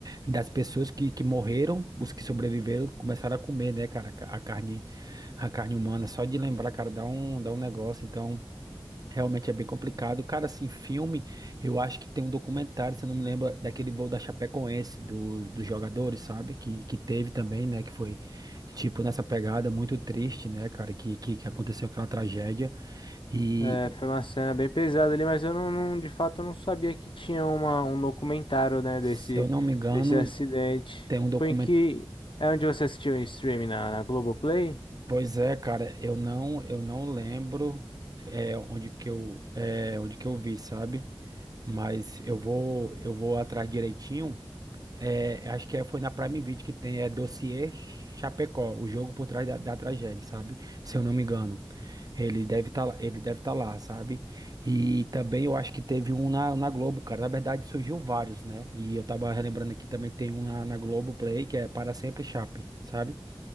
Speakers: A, on the right (about 45°); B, on the left (about 65°).
A: das pessoas que, que morreram, os que sobreviveram começaram a comer, né, cara, a ca- a carne, a carne humana. Só de lembrar, cara, dá um, dá um negócio. Então, Realmente é bem complicado. Cara, assim, filme, eu acho que tem um documentário, se eu não me lembro, daquele voo da Chapecoense, dos, dos jogadores, sabe? Que, que teve também, né? Que foi, tipo, nessa pegada muito triste, né, cara? Que, que, que aconteceu aquela tragédia. E,
B: É, foi uma cena bem pesada ali, mas eu não, não- de fato eu não sabia que tinha uma, um documentário, né,
A: se
B: desse,
A: eu não me engano,
B: desse acidente.
A: tem um
B: Foi
A: documento.
B: em que. É onde você assistiu em streaming na, na Globoplay?
A: Pois é, cara, eu não, eu não lembro é, onde que eu, é, onde que eu vi, sabe? Mas eu vou, eu vou atrás direitinho. É, acho que é- foi na Prime Video que tem, é Dossiê Chapecó, o jogo por trás da, da tragédia, sabe? Se eu não me engano. Ele deve estar, ele deve estar lá, sabe? E também eu acho que teve um na, na Globo, cara. Na verdade, surgiu vários, né? E eu tava relembrando aqui também que tem um na, na Globo Play, que é Para Sempre Chape, sabe?